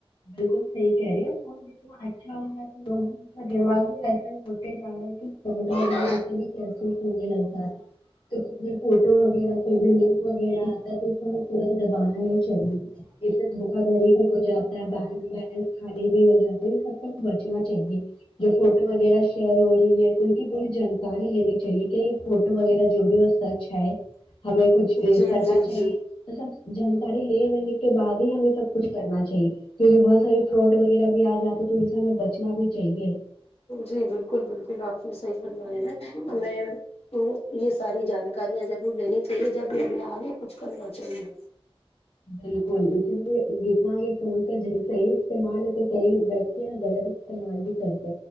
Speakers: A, on the left (about 55°); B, on the left (about 80°).
A: بالکل صحیح کہہ رہی ہے کو جتنا اچھا ہوگا تو لوگ بھی اس کا دماغ بھی ایسا ہی ہوتا طبیت
B: جی
A: وغیرہ ویسے بھی <unintelligible> تو کتنے فوٹو وغیرہ کوئی بھی لنک وغیرہ آتا ہے تو اسے ہمیں ترنت دبانا نہیں چاہیے اس سے دھوکا دھاڑی بھی ہو جاتا ہے بینک بلنس خالی بھی ہو جاتی ہے یہ سب سے ب چنا چاہیے جو فوٹو وغیرہ شیئر ہو رہی ہے ان کی پوری جانکاری لینی چاہیے کیا یہ فوٹو وغیرہ جو بھی سچ ہے ہمیں کچھ اے
B: جی
A: کرنا
B: جی جی
A: چاہیے سب جانکاری لے ہونے کے بعد ہی ہمیں سب کچھ کرنا چاہیے کیونکہ بہت ساری فراڈ وغیرہ بھی آ جاتے ہے تو ان سے ہمیں بچنا بھی چاہیے
B: جی بالکل بالکل آپ نے صحیح فرمایا ہے ہمیں تو یہ ساری جانکاریاں ضرور لینی چاہیے جب بھی ہمیں آگے کچھ کرنا چاہیے
A: بالکل اسی لیے جتنا یہ فون کا جہاں صحیح استعمال ہے تو صحیح بچے نا غلط استعمال بھی کرتے